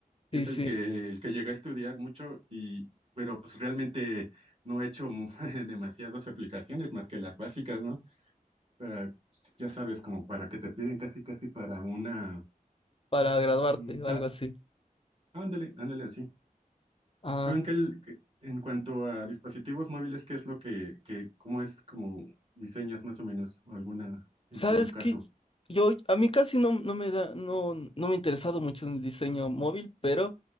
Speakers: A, on the right; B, on the left.
A: y
B: Sí,
A: es
B: sí,
A: el que, el que llega a estudiar mucho y, pero pues realmente no he hecho mu- <laughs> demasiadas aplicaciones más que las básicas, ¿no? Para, ya sabes, como para que te piden casi casi para una,
B: para graduarte,
A: un
B: o
A: ca-
B: algo así.
A: ándale, ándale así.
B: Ah.
A: Pero en, que el- que- en cuanto a dispositivos móviles, ¿qué es lo que, que, cómo es como diseñas más o menos alguna en
B: ¿Sabes
A: tu caso?
B: qué? Yo, a mí casi no, no me da, no, no me ha interesado mucho en el diseño móvil, pero